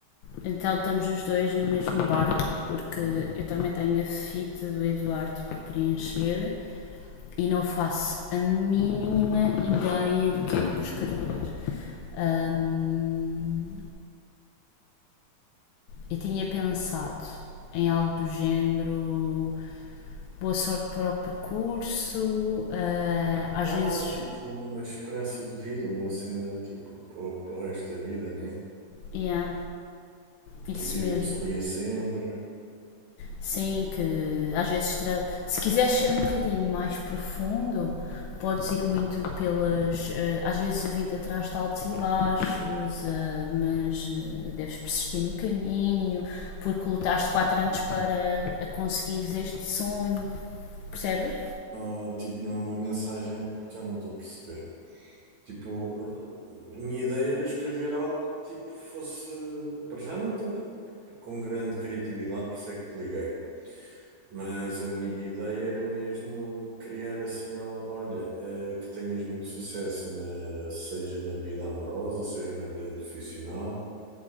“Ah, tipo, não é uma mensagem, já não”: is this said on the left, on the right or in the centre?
Right